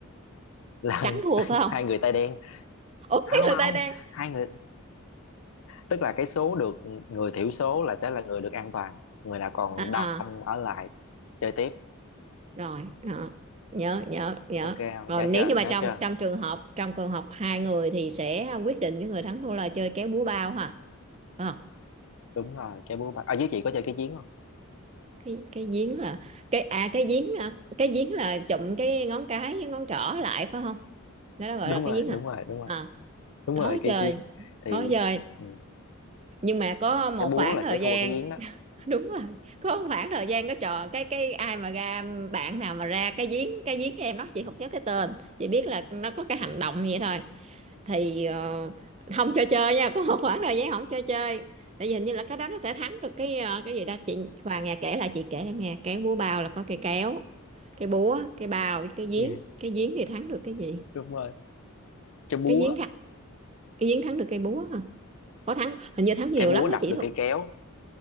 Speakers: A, on the left (about 70°); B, on the right (about 30°).
A: là
B: trắng thua
A: <laughs>
B: phải không
A: hai người tay đen
B: <laughs> ủa cái
A: không
B: người tay
A: không
B: đen
A: hai người tức là cái số được người thiểu số là sẽ là người được an toàn người nào còn
B: à
A: đông ở lại chơi tiếp
B: rồi à, nhớ nhớ nhớ
A: ok không
B: còn
A: nhớ
B: nếu
A: chưa
B: như mà
A: nhớ
B: trong
A: chưa
B: trong trường hợp trong trường hợp hai người thì sẽ quyết định cái người thắng thua là chơi kéo búa bao hả phải không
A: đúng rồi cái búa bạc ở dưới chị có chơi cái chiến không
B: cái cái giếng là cái à cái giếng à, cái giếng là chụm cái ngón cái với ngón trỏ lại phải không đó là
A: <laughs>
B: gọi
A: đúng
B: là cái
A: rồi
B: giếng à
A: đúng rồi đúng rồi
B: à
A: đúng
B: có
A: rồi cái
B: chơi
A: chiến thì
B: có chơi
A: ừ,
B: nhưng mà có một
A: cái búa
B: khoảng
A: là
B: thời
A: sẽ thua
B: gian
A: cái giếng đó
B: đúng rồi có một khoảng thời gian có trò cái cái ai mà ra bạn nào mà ra cái giếng cái giếng cho em nó chị không nhớ cái tên chị biết là nó có cái hành động vậy thôi thì ờ, không cho chơi nha có một khoảng thời gian không cho chơi tại vì hình như là cái đó nó sẽ thắng được cái ờ, cái gì ta chị Hoàng nghe kể là chị kể em nghe cái búa bao là có cây kéo cái búa cái bao với cái giếng
A: ừ,
B: cái giếng thì thắng được cái gì
A: đúng rồi cái búa
B: cái giếng thắng cái giếng thắng được cây búa hả có thắng hình như thắng nhiều
A: cái búa
B: lắm đó
A: đập
B: chị
A: được
B: thôi
A: cái kéo